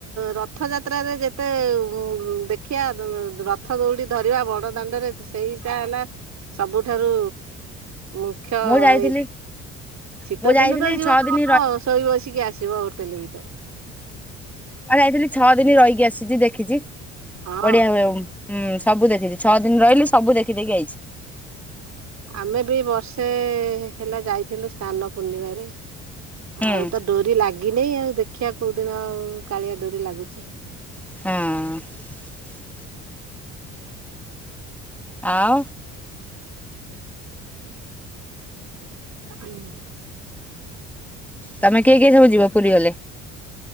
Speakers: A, on the right; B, in the centre.
A: ରଥଯାତ୍ରାରେ ଯେତେ ଦେଖ ଦେଖିଆ ର ରଥ ଦୌଡି ଧରିବା ବଡ ଦାଣ୍ଡରେ ସେଇଟା ହେଲା ସବୁଠାରୁ ମୁଖ୍ୟ
B: ମୁଁ ଯାଇଥିଲି
A: ଇ ଶୀତ
B: ମୁଁ ଯାଇଥିଲି
A: ଦିନ <unintelligible>
B: ଛଅ ଦିନ
A: ଶୋଇ ବସିକି ଆସିବ ହୋଟେଲ ଭିତରେ।
B: ଆ ଯାଇଥିଲି ଛଅ ଦିନ ରହିକି ଆସିଛି ଦେଖିଛି
A: ହଁ
B: ବଢିଆ ହୁଏ ଓମ୍ ହୁଁ ସବୁ ଦେଖିଛି। ଛଅ ଦିନି ରହିଲି ସବୁ ଦେଖିଦେଇକି ଆଇଚି।
A: ଆମେ ବି ବର୍ଷେ ହେଲା ଯାଇଥିଲୁ ସ୍ନାନ ପୂର୍ଣ୍ଣିମାରେ
B: ହୁଁ।
A: ଆଉ ତ ଡୋରି ଲାଗି ଲାଗିନି ଆଉ ଦେଖିବା କୋଉ ଦିନ ଆଉ କାଳିଆ ଡୋରି ଲାଗୁଚି।
B: ହୁଁ ଆଉ
A: ହୁଁ
B: ତମେ କିଏ କିଏ ସବୁ ଯିବ ପୁରୀ ଗଲେ।